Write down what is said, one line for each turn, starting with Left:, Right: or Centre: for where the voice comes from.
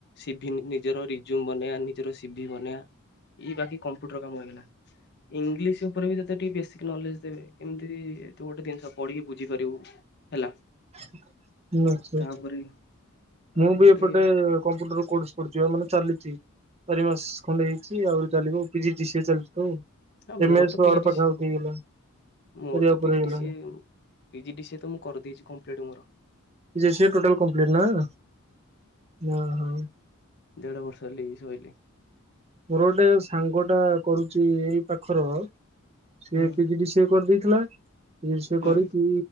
Left: ସିଭି ନିଜର ରିଜୁମ୍ ବନେଇବା ନିଜର ସିଭିି ବନେଇବା। ଇଏ ବାକି କମ୍ପ୍ୟୁଟର କାମ ହେଇଗଲା। ଇଂଲିଶ ଉପରେ ବି ତତେ ଟିକେ ବେସିକ ନଲେଜ ଦେବେ। କେମିତି ତୁ ଗୋଟେ ଜିନିଷ ପଢିକି ବୁଝିପାରିବୁ। ହେଲା।
Right: <unintelligible>
Left: ତାପରେ
Right: ମୁଁ
Left: ଆଉ
Right: ବି
Left: ଗୋଟେ
Right: ଏପଟେ କମ୍ପ୍ୟୁଟର କୋର୍ସ <unintelligible> ମାନେ ଚାଲିଛି ଚାରି ମାସ ଖଣ୍ଡେ ହେଇଛି ଆହୁରି ଚାଲିବ ପିଜିଡିସିଏ ଚାଲିଛି ତ।
Left: ହଁ ମୋର
Right: ଏମେ ଏସ
Left: ତ ପିଜି
Right: ୱାର୍ଡ
Left: ଡି
Right: ପାଖାପାଖି
Left: ସି
Right: ହେଇଗଲା।
Left: ମୋର
Right: ସରିବା
Left: ତ
Right: ଉପରେ
Left: ପିଜିଡିସିଏ
Right: ହେଇଗଲାଣି
Left: ପିଜିଡିସିଏ ତ ମୁଁ କରିଦେଇଛି କମ୍ପିଟ୍ ମୋର।
Right: ପିଜିଡିସିଏ ଟୋଟାଲ କମ୍ପ୍ଲିଟ ନା। ହଁ
Left: ଦେଢ ବର୍ଷ। <unintelligible>
Right: ମୋର ଗୋଟେ ସାଙ୍ଗ ଟା କରୁଛି ଏଇ ପାଖର ସିଏ
Left: ହୁଁ
Right: ପିଜିଡିସିଏ କରିଦେଇଥିଲା। ପିଜିଡିସିଏ
Left: ହୁଁ
Right: କରିକି